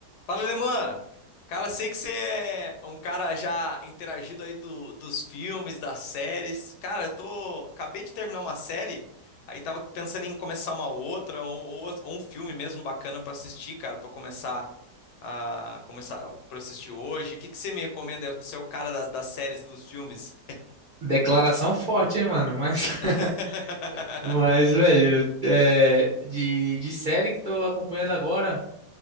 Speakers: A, on the left; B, on the right.
A: Fala, Alemã! Cara, sei que você é um cara já interagido aí do, dos filmes, das séries. Cara, eu tô. Acabei de terminar uma série, aí tava pensando em começar uma outra, ou, ou- ou um filme mesmo bacana pra assistir, cara, pra eu começar a começar pra eu assistir hoje. O que que você me recomenda? Você é o cara das, das séries e dos filmes.
B: Declaração forte, hein, mano? Mas, <laughs>
A: <laughs>
B: mas velho, é, de, de série que tô acompanhando agora,